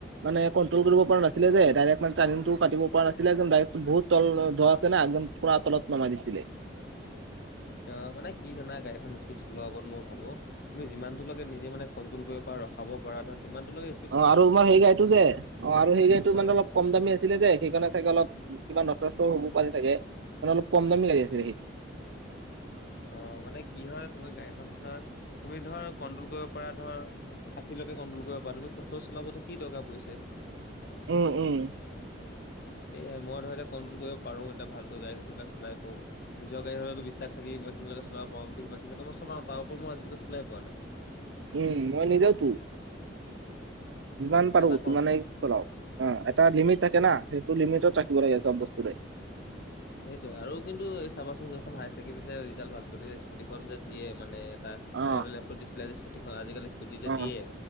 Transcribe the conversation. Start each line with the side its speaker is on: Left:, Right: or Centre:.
Right: মানে কণ্ট্ৰল কৰিব পৰা নাছিলে যে ডাৰেক্ট মানে টাৰ্নিংটো কাটিব পৰা নাছিলে যেন ডাৰেক্ট বহুত তল ধোৱা আছে না একদম পুৰা তলত নমাই দিছিলে।
Left: অ মানে কি জানা, গাড়ীখন স্পীড চলোৱা ওপৰত মই ভাৱো, তুমি যিমান দূৰলৈকে নিজে মানে কণ্ট্ৰল কৰিব পৰা ৰখাব পৰা ধৰ সিমানটো লৈকে
Right: অ আৰু তোমাৰ সেই গাড়ীটো যে অ আৰু সেই গাড়ীটো মানে
Left: অ
Right: অলপ কম দামী আছিলে যে সেইকাৰণে চাগে অলপ কিবা নষ্ট নষ্টও হব পাৰে চাগে মানে অলপ কম দামী লাগি আছিলে সেইটো।
Left: অ মানে কি হয় তুমি গাড়ীখনৰ তুমি, ধৰ কণ্ট্ৰল কৰিব পাৰ ধৰ ষাঠিলৈকে কণ্ট্ৰল কৰিব পাৰা তুমি সত্তৰ চলাবতো কি দৰকাৰ পৰিছে।
Right: উম, উম।
Left: এয়াই মই ধৰিলে কণ্ট্ৰল কৰিব পাৰো এতিয়া ভালকৈ গাড়ীবিলাক চলাই ফুৰো। নিজৰ গাড়ী হলেটো বিশ্বাস বাকি ইমান খিনিলেকে চলাব পাওঁ বুলি সমানখিনিলে মই চলাওঁ তাৰওপৰ মই আজিলৈকে চলাই পোৱা নাই।
Right: উম, মই নিজেওটো। যিমান পাৰো
Left: এটা
Right: সিমানেই
Left: কন
Right: চলাও অ এটা লিমিট থাকে না সেইটো লিমিটত ৰাখিব লাগে চব বস্তুৰে।
Left: সেইটোৱে আৰু কিন্তু এ চাবাচোন এইখন হায়াৰ ছেকেণ্ডেৰীটে ৰিজাল্ট ভাল কৰোটে স্কুটিখন যে দিয়ে মানে এটা
Right: অ
Left: আগতে লেপটপ দিছিলে। আজি আজি-কালি স্কুটিযে
Right: অ
Left: দিয়ে,